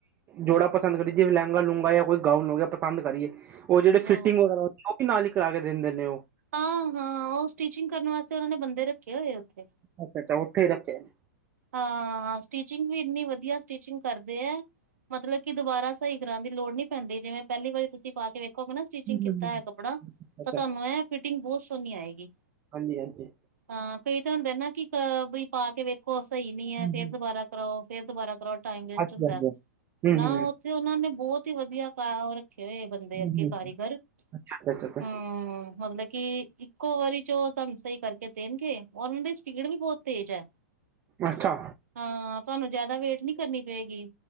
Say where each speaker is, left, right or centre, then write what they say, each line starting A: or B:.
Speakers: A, on the right; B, on the right.
A: ਜੋੜਾ ਪਸੰਦ ਕਰੀਏ ਜਿਵੇਂ ਲੈਂਗਾ ਲੂੰਗਾ ਜਾਂ ਕੋਈ ਗਾਊਨ ਹੋ ਗਿਆ ਪਸੰਦ ਕਰੀਏ, ਓ ਜੇੜੇ
B: ਹਾਂ
A: ਫਿਟਿੰਗ ਵਗੈਰਾ ਓ ਵੀ ਨਾਲ ਈ ਕਰਾ ਕੇ ਦਿੰਦੇ ਨੇ ਓ।
B: ਹਾਂ-ਹਾਂ ਓ ਸਟੀਚਿੰਗ ਕਰਨ ਵਾਸਤੇ ਓਨਾਂ ਨੇ ਬੰਦੇ ਰੱਖੇ ਹੋਏ ਓਥੇ।
A: ਅੱਛਾ ਅੱਛਾ ਓਥੇ ਈ ਰੱਖੇ ਨੇ।
B: ਹਾਂ ਸਟੀਚਿੰਗ ਵੀ ਇੰਨੀ ਵਧੀਆ ਸਟੀਚਿੰਗ ਕਰਦੇ ਐ, ਮਤਲਬ ਕੀ ਦੁਬਾਰਾ ਸਈ ਕਰਾਣ ਦੀ ਲੋੜ ਨੀ ਪੈਂਦੀ, ਜਿਵੇਂ ਪੈਲੀ ਵਾਰੀ ਤੁਸੀਂ ਪਾ ਕੇ ਵੇਖ ਦੇਖੋ ਗੇ ਨਾ ਸਟਿੰਚਿੰਗ
A: ਹੂੰ-ਹੂੰ।
B: ਕੀਤਾ ਹੋਇਆ ਕੱਪੜਾ,
A: ਅੱਛਾ,
B: ਤਾਂ ਤਾਨੂੰ ਐ ਫਿਟਿੰਗ ਬੋਤ ਸੋਣੀ ਆਏਗੀ।
A: ਹਾਂਜੀ - ਹਾਂਜੀ।
B: ਹਾਂ ਕਈ ਤਾਂ ਹੁੰਦੇ ਨਾ ਕ ਵੀ ਪਾ ਕੇ ਵੇਖੋ ਸਈ ਨੀ ਏ
A: ਹੂੰ-ਹੂੰ।
B: ਫੇਰ ਦਬਾਰਾ ਕਰਾਓ, ਫੇਰ ਦਬਾਰਾ ਕਰਾਓ ਟਾਈਮ ਵੇਸਟ
A: ਹਾਂਜੀ-ਹਾਂਜੀ,
B: ਹੁੰਦਾ।
A: ਹੂੰ-ਹੂੰ।
B: ਨਾ ਓਥੇ ਓਨਾ ਨੇ ਬੋਤ ਈ ਵਧੀਆ ਕਰ ਓ ਰੱਖੇ ਹੋਏ। ਬੰਦੇ ਅਗੇ
A: ਹੂੰ-ਹੂੰ।
B: ਕਾਰੀਗਰ,
A: ਅੱਛਾ-ਅੱਛਾ-ਅੱਛਾ,
B: ਹੂੰ ਮਤਲਬ ਕੀ ਇੱਕੋ ਵਾਰੀ 'ਚ ਓ ਤੁਆਨੂੰ ਸਈ ਕਰਕੇ ਦੇਣਗੇ। ਔਰ ਓਨਾਂ ਦੀ ਸਪੀਡ ਵੀ ਬਹੁਤ ਤੇਜ਼ ਐ।
A: ਅੱਛਾ।
B: ਹਾਂ ਤੁਆਨੂੰ ਜਾਦਾ ਵੇਟ ਨੀ ਕਰਨੀ ਪਏਗੀ,